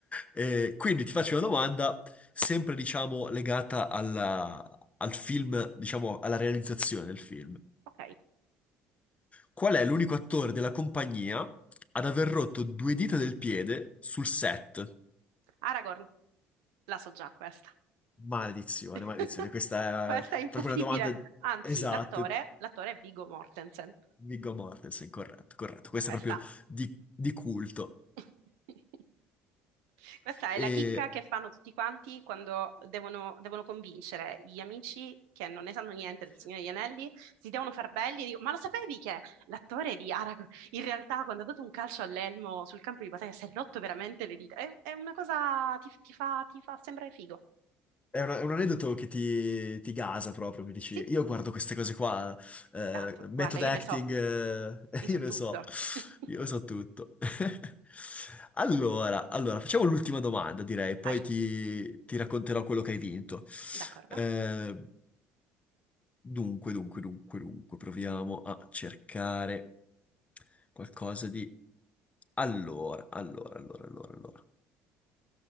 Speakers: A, on the left (about 25°); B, on the right (about 70°).
A: E quindi ti faccio una domanda, sempre diciamo legata alla- al film, diciamo alla realizzazione del film.
B: Ok,
A: Qual è l'unico attore della compagnia ad aver rotto due dita del piede sul set?
B: Aragorn, la so già questa.
A: Maledizione,
B: <laughs>
A: maledizione, questa
B: Questa
A: è eh,
B: è impossibile.
A: proprio una domanda
B: Anzi,
A: esatta,
B: l'attore, l'attore è Viggo Mortensen.
A: Viggo Mortensen, corretto, corretto, questa
B: Questa.
A: è proprio di, di culto.
B: <laughs> Questa è
A: E
B: la chicca che fanno tutti quanti quando devono, devono convincere gli amici che non ne sanno niente del Signore degli Anelli, si devono far belli e dico, ma lo sapevi che l'attore di Aragorn in realtà quando ha dato un calcio all'elmo sul campo di battaglia si è rotto veramente le dita? È, è una cosa, ti, ti fa, ti fa sembrare figo.
A: è, una- è un aneddoto che ti, ti gasa proprio, mi dici,
B: Sì,
A: io guardo queste cose qua, eh,
B: esatto,
A: method
B: guarda, io
A: acting,
B: ne so,
A: eh,
B: io
A: <laughs>
B: so
A: io ne
B: tutto.
A: so,
B: <laughs>
A: io ne so tutto. <laughs> Allora, allora, facciamo l'ultima domanda, direi, poi
B: Vai.
A: ti, ti racconterò quello che hai vinto.
B: D'accordo?
A: Eh, Dunque, dunque, dunque, dunque, proviamo a cercare qualcosa di... Allora, allora, allora, allora, allora.